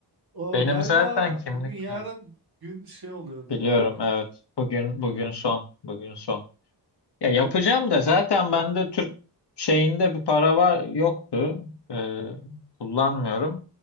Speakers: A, on the right; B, on the left.
A: O
B: Benim
A: galiba
B: zaten kimlik
A: bugün yarın
B: evet,
A: gün şey oluyordu
B: biliyorum
A: bu arada.
B: evet. Bugün bugün son. Bugün son. Ya yapacağım
A: E,
B: da zaten bende Türk şeyinde bir para var yoktu. Ee, kullanmıyorum.